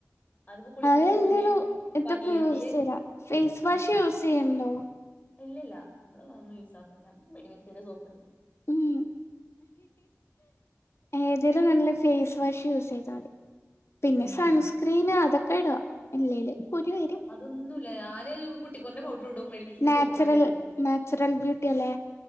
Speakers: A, on the left; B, on the left.
A: അതിപ്പോ കുളിക്കുന്നതിന്
B: അതെന്തൊരു
A: മുന്നേ
B: ഇതൊക്കെ
A: പനീറില്
B: യൂസ് ചെയത ഫേസ്
A: ആ
B: വാഷ് യൂസ് ചെയ്യണ്ടോ
A: ഇല്ലില്ല നമ്മള് അതൊന്നും യൂസാക്കണില്ല നമക്ക് മെടിമിക്സിന്റെ സോപ്പിണ്ട്
B: ഉം ഏതേലും നല്ല ഫേസ് വാഷ് യൂസ് ചെയ്താ മതി പിന്നെ
A: ഉം
B: സൺസ്ക്രീന് അതൊക്കെ ഇടാ ഇല്ലേല് കുരു
A: ആഹ്
B: വരും
A: അതൊന്നുവില്ല ഞാന് കുട്ടിക്കൂറിന്റെ പൗഡർ ഇടും മെഡിമിക്സിന്റെ
B: നാച്ചുറൽ
A: സോപ്പ്വാണ് തേക്കും
B: നാച്ചുറൽ ബ്യൂട്ടി അല്ലേ